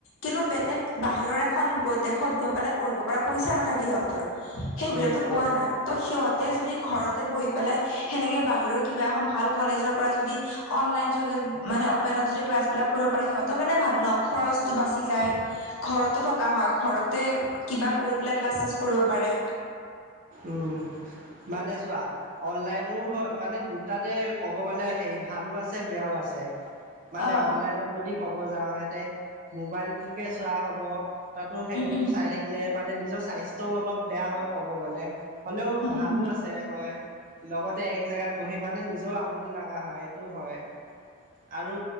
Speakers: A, on the left; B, on the right.
A: কিন্তু বেলেগ বাহিৰৰ এখন গ দেশত গৈ পেলাই পঢ়িব পৰা পইচা নাথাকে সিহঁতৰ সেই
B: উম হয়
A: পোৱা ত সিহঁতে যদি ঘৰতে বহি পেলাই সেনেকে বাহিৰৰ কিবা এখন ভাল কলেজৰ পৰা যদি অনলাইন যোগে মানে অপেনত যদি ক্লাছ বিলাক কৰিব পাৰি সিহঁতৰ কাৰণে ভাল নহ। খৰচটো বাচি যায় ঘৰতো থকা হয় ঘৰতে কিবা কৰি পেলাই ক্লাছ ছালাছ কৰিব পাৰে।
B: উম, মানে চোৱা অনলাইনৰো হয় মানে দুটাতে ক'ব গ'লে হে ভালো আছে বেয়াও আছে। মানে
A: অ
B: অনলাইনত যদি ক'ব যাও ইয়াতে মোবাইলটোকে চোৱা হব। তাতো সেইটো
A: উম উম
B: চাই থাকিলে মানে নিজৰ স্বাস্থ্যও অলপ বেয়া হয় ক'ব গ'লে। হ'লেও
A: উম
B: ভালো
A: উম
B: আছে হয়। লগতে এক জেগাত বহি মানে নিজেও আমনি লগা হয় সেইটো হয়। আৰু